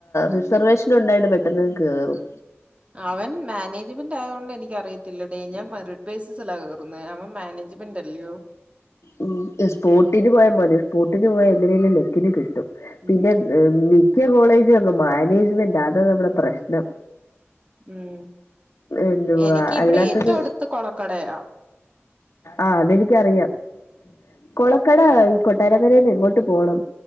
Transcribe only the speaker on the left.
റിസർവേഷൻ ഉണ്ടായി്ട്ട് പെട്ടെന്ന് കേറും.
ഉ സ്പോട്ടിന് പോയാൽ മതി സ്പോട്ടിന് പോയാ എങ്ങനെിലും ലെക്കിന് കിട്ടും.
പിന്നെ മിക്ക കോളേജ് അ മാനേജ്മെന്റ് അതാണ് നമ്മളുടെ പ്രശ്നം
എന്തുവാ
അല്ലാത്തത്
ആഹ അതെനിക്കറിയാം കൊളക്കട ഈ കൊട്ടാരക്കരയിൽ നിന്ന് എങ്ങോട്ട് പോകണം